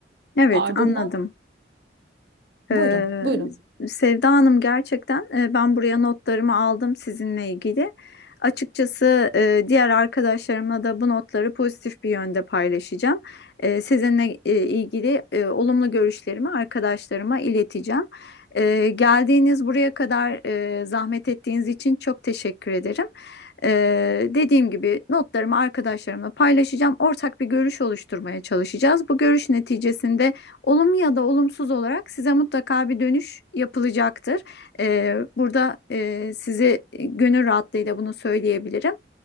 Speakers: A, on the left; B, on the right.
A: Evet,
B: Ardından
A: anladım.
B: buyurun,
A: Ee,
B: buyurun.
A: Sevda Hanım gerçekten e, ben buraya notlarımı aldım sizinle ilgili. Açıkçası e, diğer arkadaşlarımla da bu notları pozitif bir yönde paylaşacağım. E, sizinle e, ilgili e, olumlu görüşlerimi arkadaşlarıma ileteceğim. E, geldiğiniz buraya kadar e, zahmet ettiğiniz için çok teşekkür ederim. E, dediğim gibi notlarımı arkadaşlarımla paylaşacağım. Ortak bir görüş oluşturmaya çalışacağız. Bu görüş neticesinde Olumlu ya da olumsuz olarak size mutlaka bir dönüş yapılacaktır. Ee, burada e, size gönül rahatlığıyla bunu söyleyebilirim.